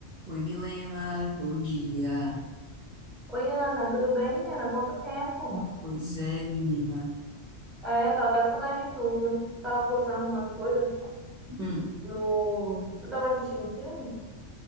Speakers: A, on the right; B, in the centre.
A: Oi, Milena, bom dia.
B: Oi, Ana, tudo bem, menina? Quanto tempo?
A: Pois é, menina.
B: É, tava até com saudade de tu, viu? Tu tava postando uma coisa
A: Hum.
B: no... Tu tava assistindo um filme?